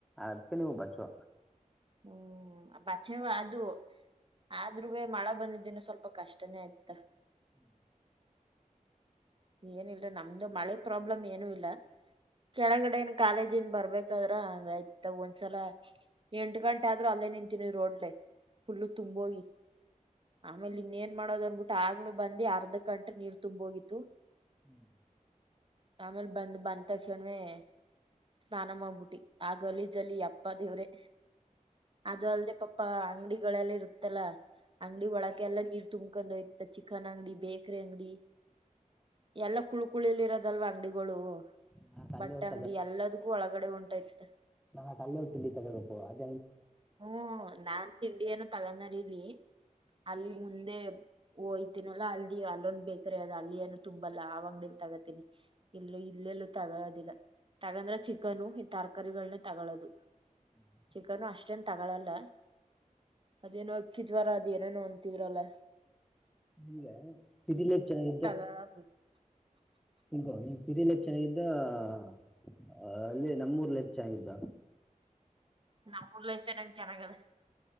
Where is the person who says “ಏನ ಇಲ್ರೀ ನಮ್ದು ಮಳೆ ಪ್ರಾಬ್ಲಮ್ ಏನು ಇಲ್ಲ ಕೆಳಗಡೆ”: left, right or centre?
Right